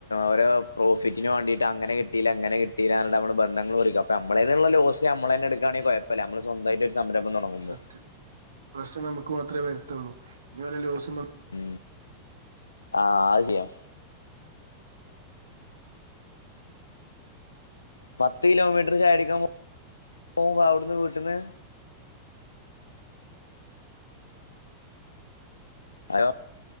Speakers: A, on the left (about 75°); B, on the right (about 70°).
A: ഓരോ പ്രോഫിറ്റിന് വേണ്ടിട്ട് അങ്ങനെ
B: ഉം
A: കിട്ടീല ഇങ്ങനെ <unintelligible> നമ്മളെ ബന്ധങ്ങൾ മുറിക്കും അപ്പ നമ്മളേന്നുള്ള ലോസ് നമ്മള് തന്നെ എടുക്കയാണെങ്കി കുഴപ്പില്ല നമ്മള് സ്വമായിട്ട് സംരംഭം തുടങ്ങുമ്പോ
B: സത്യം പ്രശ്നം നമുക്ക് മാത്രേ വരത്തുള്ളൂ ഇനി വല്ല ലൂസും
A: ഉ ആഹ ആദ്യം പത്ത് കിലോമീറ്റർ ചാടിക്കാൻ പോകുമ്പോ അവിടുന്ന് വീട്ടന്ന് അ